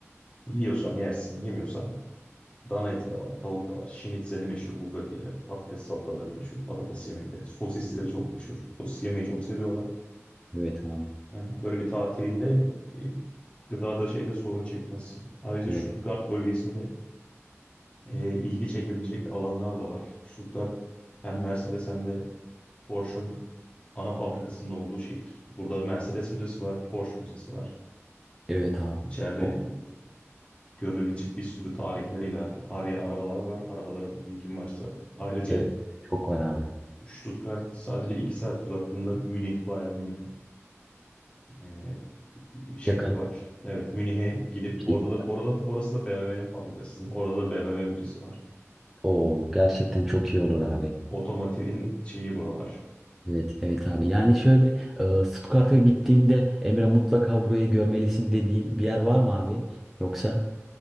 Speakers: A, on the left; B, in the centre.
A: Yiyorsan yersin, yemiyorsan Dana eti de var, tavuk da var. Şinitzeli meşhur bu bölgeler. Patates salataları meşhur, patates yemekleri. Sosisleri çok meşhur. Sosis yemeyi çok seviyorlar.
B: evet abi.
A: Yani böyle bir tatilinde e, gıdada şeyde sorun çekmezsin. Ayrıca
B: Evet,
A: Stuttgart bölgesinde e, ilgi çekebilecek alanlar da var. Stuttgart hem Mercedes hem de Porsche'un ana fabrikasının olduğu şehir. Burada Mercedes Müzesi var, Porsche Müzesi var.
B: evet
A: E,
B: abi.
A: İçeride
B: O-
A: görülebilecek bir sürü tarihleriyle, tarihi arabalar var. Arabalara ilgin varsa. Ayrıca
B: Evet, çok var abi.
A: Stuttgart sadece 2 saat uzaklığında Münih, Bayern Münih e, şehri
B: Yakın.
A: var. Evet, Münih'e gidip
B: şey,
A: orada da orada orası da BMW'nin fabrikası. Orada da BMW müzesi var.
B: O gerçekten çok iyi olur
A: Aynen.
B: abi.
A: Otomotivin şeyi buralar.
B: Evet, evet abi. Yani şöyle e, Stuttgart'a gittiğimde Emre mutlaka burayı görmelisin dediğin bir yer var mı abi? Yoksa